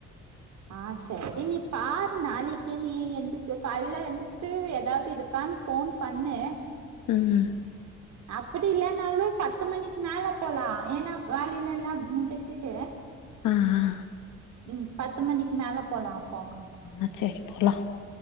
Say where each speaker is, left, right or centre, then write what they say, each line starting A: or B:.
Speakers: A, on the right; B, on the left.
A: ஆ சரி நீ பாரு நாளைக்கு நீ எந்திச்சு காலைல எந்திரிச்சிட்டு ஏதாவது இதுப் க்கான் ஃபோன் பண்ணு
B: ம்
A: அப்படி இல்லைனாலு பத்து மணிக்கு மேல போலா ஏன்னா காலைல எல்லா முடிச்சுட்டு
B: ஆஆ
A: ம் பத்து மணிக்கு மேல போலா அப்போ
B: ஆ சேரி போலா